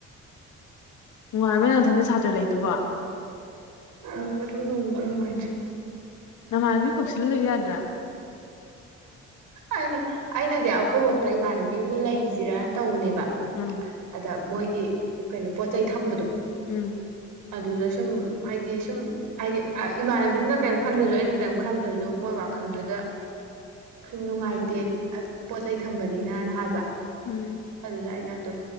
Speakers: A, on the left; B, on the right.
A: ꯅꯨꯡꯉꯥꯏꯕ ꯅꯊꯟꯇ ꯁꯥꯇ꯭ꯔ ꯂꯩꯗꯨꯕ
B: ꯎꯝ ꯑꯗꯨꯝ ꯅꯨꯡꯗꯤ ꯅꯨꯡꯉꯥꯏꯊꯦ
A: ꯅꯃꯥꯥꯅꯕꯤ ꯀꯧꯁꯤꯜꯂ ꯂꯩꯌꯨ ꯌꯥꯗ꯭ꯔꯥ
B: ꯑꯩꯅ ꯑꯩꯅꯗꯤ ꯑꯩꯈꯣꯏꯕꯣꯛꯇ ꯏꯃꯥꯟꯅꯕꯤꯑꯝꯒ ꯂꯩꯖꯤꯔꯅ ꯇꯧꯕꯅꯦꯕ
A: ꯎꯝ
B: ꯗ ꯃꯣꯏꯒꯤ ꯀꯩꯅꯣ ꯄꯣꯠ ꯆꯩꯩ ꯊꯝꯕꯗꯣ
A: ꯎꯝ
B: ꯑꯗꯨꯗ ꯁꯨꯝ ꯍꯥꯏꯗꯤ ꯁꯨꯝ ꯍꯥꯏꯗꯤ ꯏꯃꯥꯟꯅꯕꯤꯗꯨꯅ ꯀꯩꯏꯝ ꯈꯟꯗ꯭ꯔꯖꯨ ꯑꯩꯅ ꯀꯩꯏꯝ ꯈꯟꯗ꯭ꯔꯖꯨ ꯃꯣꯏ ꯋꯥꯈꯟꯗꯨꯗ ꯁꯨꯝ ꯅꯨꯡꯉꯥꯏꯇꯦ
A: ꯎꯝ
B: ꯄꯣꯠ ꯆꯩꯩ ꯊꯝꯕꯅꯤꯅꯅ ꯍꯥꯏꯕ
A: ꯎꯝ
B: ꯑꯗꯨꯗꯗ ꯑꯗꯨꯝ